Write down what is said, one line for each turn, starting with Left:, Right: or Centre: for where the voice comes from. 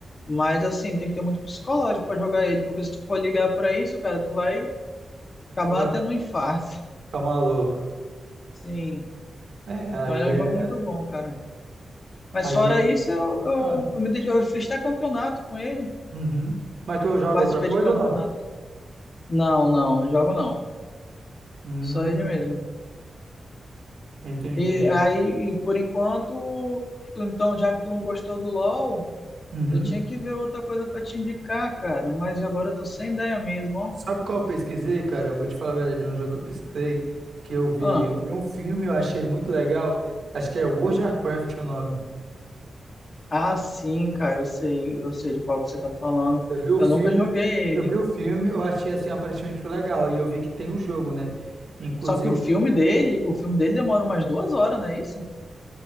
Left: Mas assim, tem que ter muito psicológico pra jogar ele, porque se tu for ligar pra isso, cara, tu vai acabar
Right: Tu vai
Left: tendo um infarto.
Right: ficar maluco.
Left: <laughs> Sim,
Right: É, aí
Left: então ele é um
Right: é,
Left: jogo muito bom, cara. Mas
Right: aí
Left: fora
Right: é
Left: isso, eu,
Right: complicado.
Left: eu, eu, me, ded- eu fiz até campeonato com ele.
Right: Uhum. Mas tu joga
Left: Eu participei
Right: outra coisa
Left: de campeonato.
Right: ou não?
Left: Não, não, não jogo não.
Right: Hum,
Left: Só ele mesmo.
Right: entendi.
Left: E aí, e por enquanto, tu- então, já que tu não gostou do LoL,
Right: Uhum.
Left: eu tinha que ver outra coisa pra te indicar, cara. Mas agora eu tô sem ideia mesmo, ó.
Right: Sabe qual eu pesquisei, cara? Eu vou te falar, velho, de um jogo que eu pesquisei, que eu vi,
Left: Ah,
Right: eu vi um filme, eu achei muito legal. Acho que é World of Warcraft o nome.
Left: ah, sim, cara, eu sei, eu sei de qual que você tá falando.
Right: Eu vi o
Left: Eu
Right: filme,
Left: nunca joguei
Right: eu
Left: ele.
Right: vi o filme, eu achei assim aparentemente legal. E eu vi que tem o jogo, né? Inclusive,
Left: Só que o filme dele, o filme dele demora umas duas horas, não é isso?